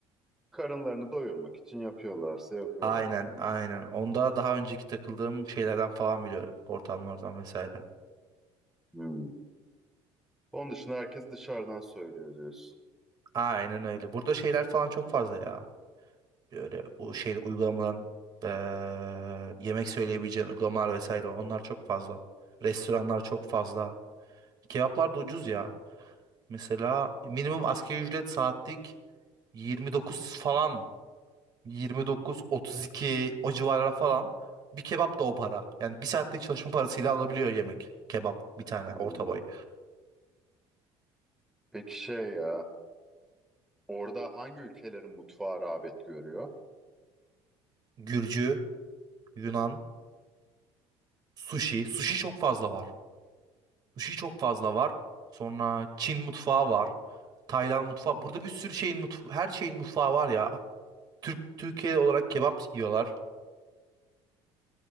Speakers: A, in the centre; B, on the right.
A: Karınlarını doyurmak için yapıyorlarsa yapıyorlar
B: Aynen
A: yani.
B: aynen. Onda daha önceki takıldığım şeylerden falan biliyorum. Ortamlardan vesaire.
A: Hmm. Onun dışında herkes dışarıdan söylüyor diyorsun.
B: Aynen öyle. Burada şeyler falan çok fazla ya. Böyle o şey uygulamadan eee, yemek söyleyebileceğin uygulamalar vesaire onlar çok fazla. Restoranlar çok fazla. Kebaplar da ucuz ya. Mesela minimum asgari ücret saatlik 29 falan. Yirmi dokuz, otuz iki o civarlara falan. Bir kebap da o para. Yani bir saatlik çalışma parasıyla alabiliyor yemek. Kebap bir tane
A: Hmm.
B: orta boy.
A: Peki şey e, orada hangi ülkelerin mutfağı rağbet görüyor?
B: Gürcü, Yunan, sushi. Sushi çok fazla var. Sushi çok fazla var. Sonra Çin mutfağı var. Tayland mutfağı. Burada bir sürü şeyin mutfağı, her şeyin mutfağı var ya. Türk Türkiye olarak kebap yiyorlar.